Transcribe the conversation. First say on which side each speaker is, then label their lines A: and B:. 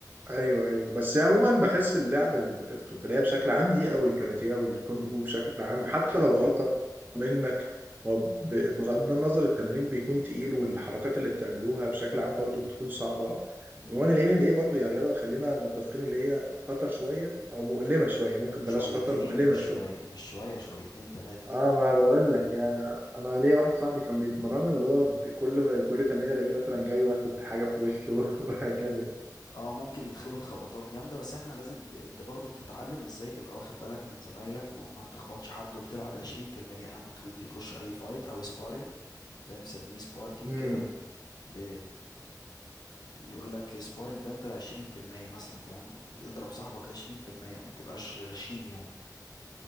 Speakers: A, on the right; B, on the left.
A: ايوه ايوه بس عموما بحس اللعب ال- القتالية بشكل عام دي او الكاراتيه او الكونج فو بشكل عام حتى لو غلطة منك هو ب- بغض النظر التمرين بيكون تقيل والحركات اللي بتعملوها بشكل عام برضو بتكون صعبة
B: آه،
A: عموما الام ام اي برضه يا رياضة خلينا متفقين اللي هي خطر شوية او مؤلمة شوية ممكن
B: شويتين
A: بلاش خطر مؤلمة
B: مش
A: شوية
B: شوي مش شوية شويتين ثلاثة
A: اه ما بقول لك يعني انا ليا واحد صاحبي كان بيتمرن اللي هو ب- كل كل تمرين الاقيه مثلا جاي واخد حاجه في وشه <laughs> وهكذا
B: اه ممكن يتخبط خبطات جامدة بس احنا لازم ب... انت برضو بتتعلم ازاي تبقى واخد بالك من زمايلك وما تخبطش حد وبتلعب عشرين في المية يعني لما تيجي تخش اي فايت او سبارينج زي ما بيسميه سباركينج
A: امم
B: كده ب... يقول لك سبارينج ده انت عشرين في المية مثلا فاهم اضرب صاحبك عشرين في المية ما تبقاش غشيم يعني